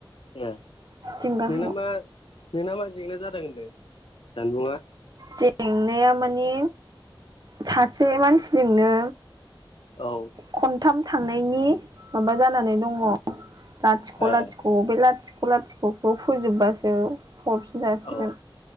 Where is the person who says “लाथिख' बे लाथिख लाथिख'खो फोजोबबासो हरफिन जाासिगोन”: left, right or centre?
Right